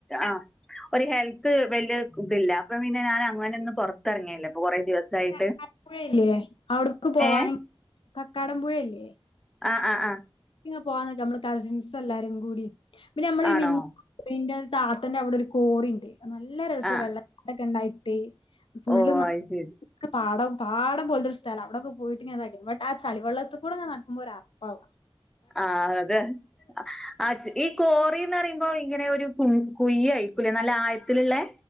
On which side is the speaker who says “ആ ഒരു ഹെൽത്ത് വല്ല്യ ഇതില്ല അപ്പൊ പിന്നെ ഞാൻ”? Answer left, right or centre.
Centre